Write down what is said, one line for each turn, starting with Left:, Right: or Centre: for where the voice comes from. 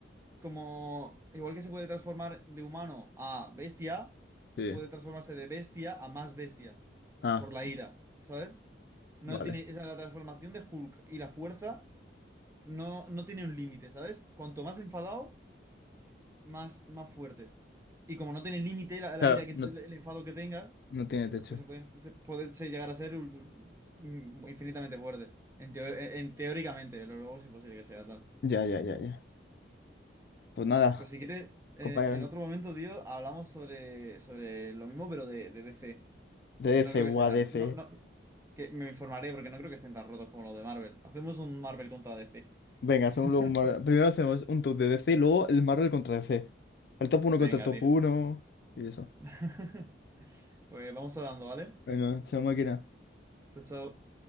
Right: Como. Igual que se puede transformar de humano a bestia,
Left: Sí.
Right: puede transformarse de bestia a más bestia.
Left: Ah,
Right: Por la ira, ¿sabes? No
Left: vale.
Right: tiene. Esa es la transformación de Hulk y la fuerza. no, no tiene un límite, ¿sabes? Cuanto más enfadado, más, más fuerte. Y como no tiene límite la, la
Left: Claro,
Right: ira que
Left: no,
Right: tú- el enfado que tenga,
Left: no tiene techo.
Right: pues se puede, se puede se- llegar a ser un- un- infinitamente fuerte. En, teo- e, en- teóricamente, pero luego es imposible que sea tal.
Left: Ya, ya, ya, ya. Pues nada,
Right: Pues si quieres, eh,
Left: compañeros,
Right: en otro momento, tío, hablamos sobre, sobre lo mismo, pero de, de DC.
Left: DC,
Right: Que no creo
Left: o
Right: que estén tan.
Left: DC.
Right: No, no, que me informaré porque no creo que estén tan rotos como los de Marvel. Hacemos un Marvel contra DC.
Left: Venga,
Right: <laughs>
Left: hacemos luego un Marvel- Primero hacemos un top de DC y luego el Marvel contra D C. El top uno
Right: Venga,
Left: contra el top
Right: tío.
Left: uno y eso.
Right: <laughs> Pues vamos hablando, ¿vale?
Left: Venga, chao máquina.
Right: So